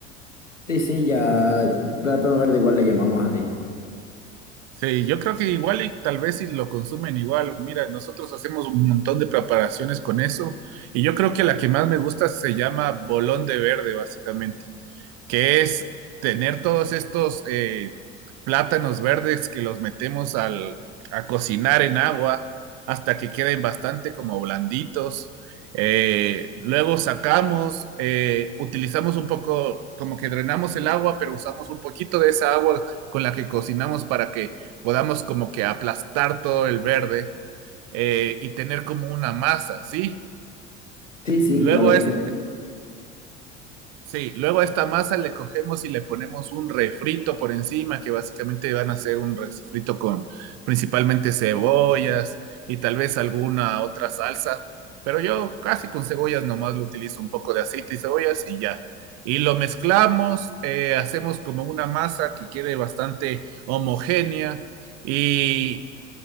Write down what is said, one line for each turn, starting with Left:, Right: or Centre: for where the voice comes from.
Left: Sí, sí, ya, plátano verde igual le llamamos así.
Right: Sí, yo creo que igual y tal vez si lo consumen igual. Mira, nosotros hacemos un montón de preparaciones con eso y yo creo que la que más me gusta se llama bolón de verde, básicamente. que es tener todos estos eh, plátanos verdes que los metemos al, a cocinar en agua hasta que queden bastante como blanditos. Eh, luego sacamos, eh, utilizamos un poco, como que drenamos el agua, pero usamos un poquito de esa agua con la que cocinamos para que podamos como que aplastar todo el verde eh, y tener como una masa, ¿sí?
Left: Sí, sí,
Right: Luego
Left: claro
Right: es,
Left: que...
Right: Sí, luego a esta masa le cogemos y le ponemos un refrito por encima, que básicamente van a ser un refrito con principalmente cebollas y tal vez alguna otra salsa, pero yo casi con cebollas nomás lo utilizo un poco de aceite y cebollas y ya. Y lo mezclamos, eh, hacemos como una masa que quede bastante homogénea y,